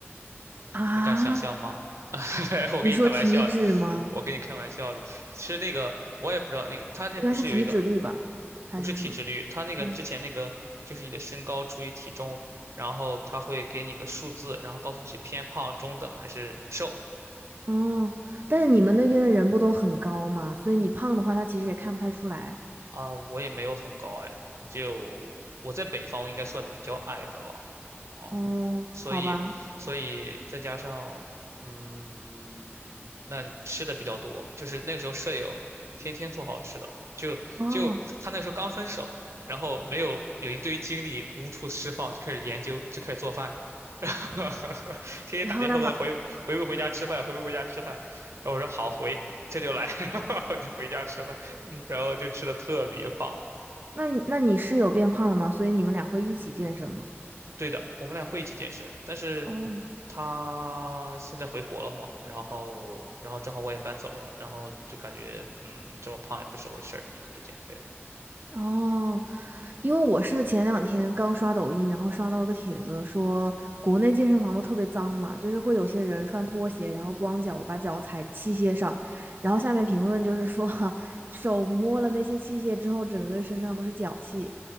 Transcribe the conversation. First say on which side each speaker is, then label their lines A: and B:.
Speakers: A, on the right; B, on the right.
A: 啊，
B: 你敢想象吗？<laughs> 我跟你开玩笑的，
A: 你说体脂吗？
B: 我跟你开玩笑的，其实那个我也不知道那个他那不是有一个
A: 应该是体脂率吧，还是什么？
B: 不是体脂率，他那个之前那个就是你的身高除以体重，
A: 哦
B: 然后他会给你个数字，然后告诉你是偏胖、中等还是瘦
A: 哦，但是你们那边的人不都很高吗？所以你胖的话，他其实也看不太出来。
B: 啊。我也没有很高哎，我就我在北方应该算比较矮的了，嗯
A: 哦，
B: 所以，
A: 好吧，
B: 所以再加上，嗯，那吃的比较多，就是那个时候舍友天天做好吃的，就就他那个时候刚分手，
A: 哦。
B: 然后没有有一堆精力无处释放，就开始研究，就开始做饭，<laughs> 然后天天打电话问回回不回家吃饭，
A: 然后那么。
B: 回不回家吃饭，然后我说好回，这就来，<laughs> 然后我就回家吃饭，然后就吃的特别胖。
A: 那你那你室友变胖了吗？所以你们俩会一起健身吗？
B: 对的，我们俩会一起健身，但是
A: 哦，
B: 他现在回国了嘛，然后然后正好我也搬走了，然后就感觉嗯这么胖也不是回事儿，就开始减肥了。
A: 哦，因为我是前两天刚刷抖音，然后刷到一个帖子说，国内健身房都特别脏嘛，就是会有些人穿拖鞋，然后光脚把脚踩器械上，然后下面评论就是说，<laughs> 手摸了那些器械之后，整个身上都是脚气，